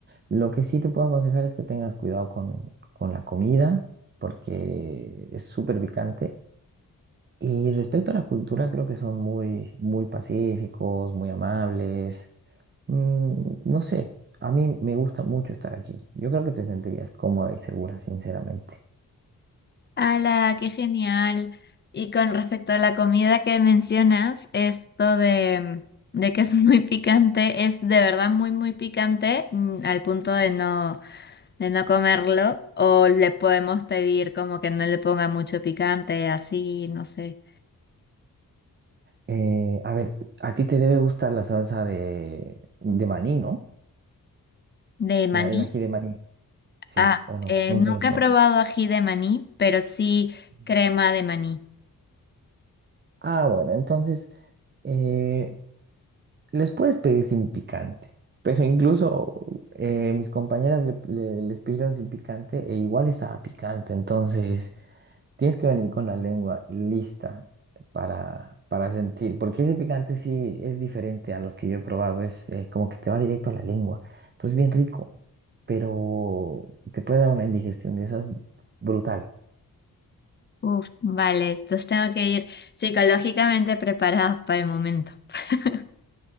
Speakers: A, on the right; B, on the left.
A: Lo que sí te puedo aconsejar es que tengas cuidado con, con la comida, porque es súper picante. Y respecto a la cultura, creo que son muy, muy pacíficos, muy amables. Mm, no sé, a mí me gusta mucho estar aquí. Yo creo que te sentirías cómoda y segura, sinceramente.
B: ¡Hala! ¡Qué genial! Y con respecto a la comida que mencionas, esto de, de que es <laughs> muy picante, es de verdad muy, muy picante, mm, al punto de no, de no comerlo, o le podemos pedir como que no le ponga mucho picante, así, no sé.
A: Eh, a ver, a ti te debe gustar la salsa de, de maní, ¿no?
B: ¿De maní?
A: La- el ají de maní, sí,
B: Ah,
A: o no,
B: eh,
A: nunca
B: nunca
A: los probado.
B: he probado ají de maní, pero sí
A: Mm.
B: crema de maní.
A: Ah, bueno, entonces eh, les puedes pedir sin picante, pero incluso eh, mis compañeras le- le- les pidieron sin picante e igual estaba picante, entonces tienes que venir con la lengua lista para, para sentir, porque ese picante sí es diferente a los que yo he probado, es eh, como que te va directo a la lengua, entonces bien rico, pero te puede dar una indigestión de esas brutal.
B: Uf, vale, entonces tengo que ir psicológicamente preparada para el momento. <laughs>